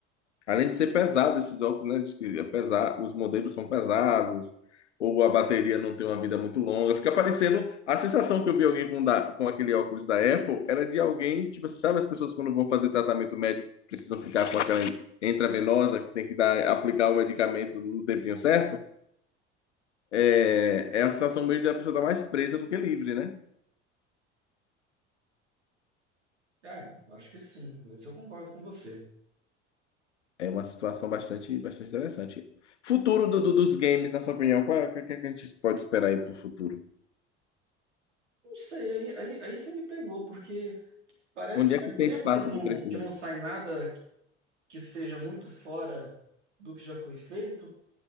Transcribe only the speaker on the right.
ah eu acho que sim. Isso eu concordo com você.
Não sei, aí, aí, aí você me pegou, porque parece
que
faz
tempo
que não,
que não sai nada que seja muito fora do que já foi feito,